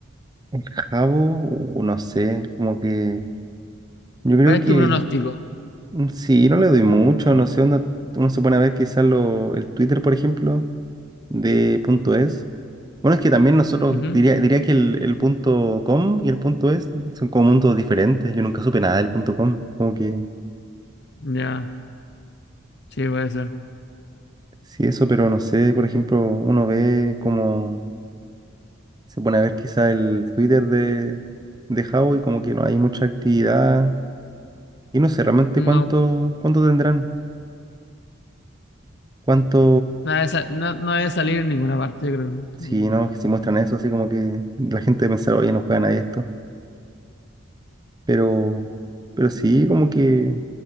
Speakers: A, on the right; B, on the left.
A: cabo, o no sé, como que. Yo creo
B: ¿Cuál es
A: que
B: tu pronóstico?
A: mm, sí, no le doy mucho, no sé, onda, uno se pone a ver quizás lo, el Twitter, por ejemplo, de punto es. Bueno, es que también nosotros,
B: Ujú,
A: diría, diría que el, el punto com y el punto es son como mundos diferentes. Yo nunca supe nada del punto com. Como que
B: Ya, sí, puede ser.
A: sí, eso, pero no sé, por ejemplo, uno ve como se pone a ver quizá el Twitter de, de Huawei, como que no hay mucha actividad. Y no sé realmente
B: No,
A: cuánto, cuánto tendrán. Cuánto,
B: no debe, sa- no, no debe salir en ninguna parte, yo creo.
A: si
B: Mm.
A: no, si muestran eso, así como que la gente pensará, oye, no juega nadie esto. Pero, pero sí, como que